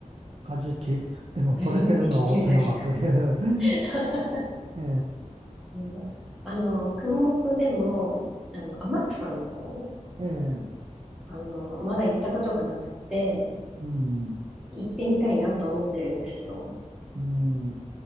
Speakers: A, on the right (about 50°); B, in the centre.
A: カジキ。でも取れてるのは沖縄という。
B: 初めて聞きました。
A: <laughs>
B: <laughs>
A: え
B: うんあの、熊本でも、あの、天草の方、
A: えええ
B: あの、まだ行ったことがなくて、
A: うん。
B: 行ってみたいなと思ってるんですよ。
A: うん。